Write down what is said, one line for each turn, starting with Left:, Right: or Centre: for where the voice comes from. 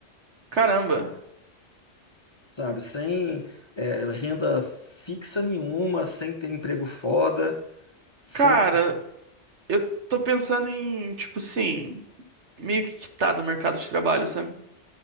Right: Caramba.
Left: sabe? Sem é, renda fixa nenhuma, sem ter emprego foda, sem.
Right: Cara, eu tô pensando em, tipo assim, meio que quitar do mercado de trabalho, sabe?